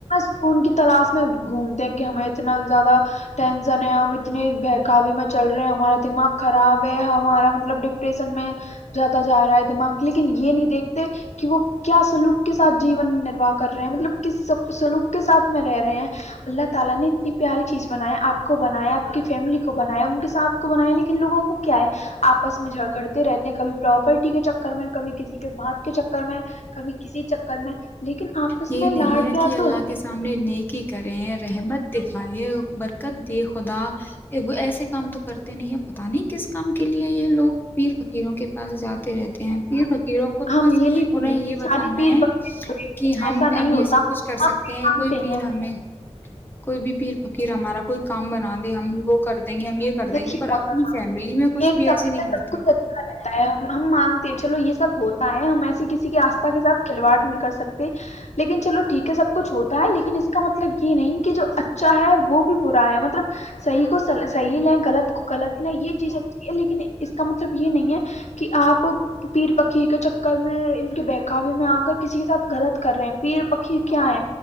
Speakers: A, on the left; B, on the left.
A: سکون کی تلاش میں گھومتے ہیں کہ ہمیں اتنا زیادہ ٹینشن ہے ہم اتنے بہکوی میں چل رہے ہیں ہمارا دماغ خراب ہے ہمارا مطلب ڈپریشن میں جاتدا جا رہا ہے دماغ لیکن یہ نہیں دیکھتے کہ وہ کیا سلوک کے ساتھ جیون میں نرواہ کر رہے ہیں مطلب کس سلوک کے ساتھ میں رہ رہے ہیں اللہ تعالی نے اتنی پیاری چیز بنایا آپ کو بنایا آپ کی فیملی کو بنایا ان کے ساتھ کو بنایا لیکن لوگوں کو کیا ہے آپس میں جھگڑتے رہتے ہیں کبھی پراپرٹی کے چکر میں کبھی کسی کے باتات کے چکر میں کبھی کسی چکر میں لیکن آپس
B: یہ
A: میں
B: نہیں
A: لاڈ
B: ہے
A: پیار
B: کہ اللہ
A: تو
B: کے سامنے نیکی کریں رحمت دکھائےیں برکت دے خدا وہ ایسے کام تو کرتے نہیں ہے پتا نہیں کس کام کے لیے یہ لوگ پیر فقیروں کے پاس جاتے رہتے ہیں پھر فقیروں کو تو
A: ہم
B: بس
A: یہ نہیں
B: انہیں
A: بول رہے
B: یہ
A: کہ
B: بتانا
A: سارے پیر
B: ہے
A: بکرے برے
B: ہم
A: ایسا نہیں
B: ہم یہ
A: ہوتا
B: سب کچھ کر سکتے
A: ہم بھی
B: ہیں
A: مانتے
B: کوئی پیر
A: ہیں
B: ہمیں کوئی بھی پیر فکیر ہمارا کوئی کام بنا دے ہم وہ کر نہیں ہم یہ کر دیں
A: دیکھیے
B: گے پر
A: محترم
B: اپنی فیملی میں کچھ
A: ایک
B: بھی
A: سمے
B: ایسے نہیں
A: پہ
B: کرتے
A: سب کچھ اچھا رہتا ہے ہم ہم مانتے ہیں چلو یہ سب ہوتا ہم ایسی کسی کے آستھا کے سھ کھلواڑ نہیں کر سکتے لیکن چلو ٹھیک ہے سب کچھ ہوتا ہے لیکن اس کا مطلب یہ نہیں کہ جو اچھا ہے وہ بھی برا ہے مطلب صحیح کو صحیح لیں غلط کو غلط لیں یہ چیز اچھی ہے لیکن اس کا مطلب یہ نہیں ہے کہ آپ پیر فقیر کے چکر میں ان کے بہکاوی میں آ کر کسی کے ساتھ غلط کر رہے ہیں پیر فقیر کیا ہے